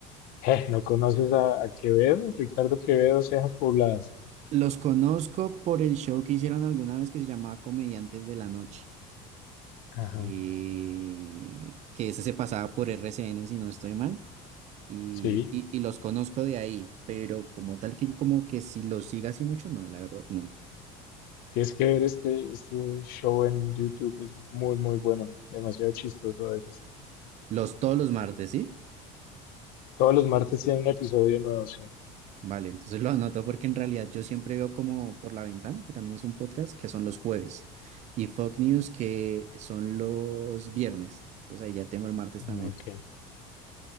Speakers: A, on the left (about 65°); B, on the right (about 45°).
A: Eh, ¿no conoces a, a Quevedo? Ricardo Quevedo, Cejas Pobladas.
B: Los conozco por el show que hicieron alguna vez que se llamaba Comediantes de la Noche,
A: Ajá,
B: que, que ese se pasaba por RCN, si no estoy mal. Y,
A: sí,
B: y, y los conozco de ahí, pero como tal que yo como que si los siga así mucho, no, la verdad, no.
A: tienes que ver este, este show en YouTube, es muy, muy bueno, demasiado chistoso a veces.
B: Los todos los martes, ¿sí?
A: Todos los martes tiene un episodio nuevo, sí.
B: Vale, entonces lo anoto porque en realidad yo siempre veo como por la ventana, que también es un podcast, que son los jueves, y Fox News, que son los viernes. Entonces ahí ya tengo el martes
A: Ah,
B: también.
A: ok,